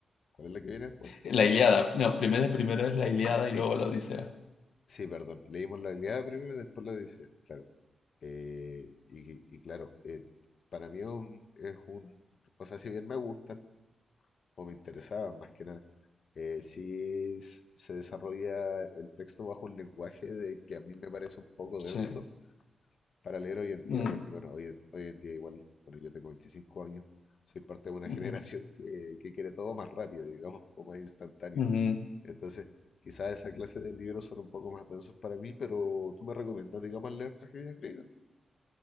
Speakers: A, on the left; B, on the left.
A: ¿Cuál es la que viene después?
B: la Ilíada. No, primero, primero es la Ilíada
A: Sí,
B: y luego la Odisea.
A: sí, perdón. Leímos la Ilíada primero y después la Odisea, claro. Eh, y, y claro, eh, para mí es un, es un... O sea, si bien me gustan o me interesaban más que nada, eh, sí s- se desarrolla el texto bajo un lenguaje de que a mí me parece un poco
B: Sí.
A: denso para leer hoy en día,
B: Mm,
A: porque bueno, hoy, en- hoy en día igual, bueno, yo tengo 25 años, soy parte de una
B: ujú,
A: <laughs> generación que, que quiere todo más rápido, digamos, <laughs> o más instantáneo.
B: ujú.
A: Entonces, quizás esa clase de libros son un poco más densos para mí, pero tú me recomiendas, digamos, leer tragedias griegas.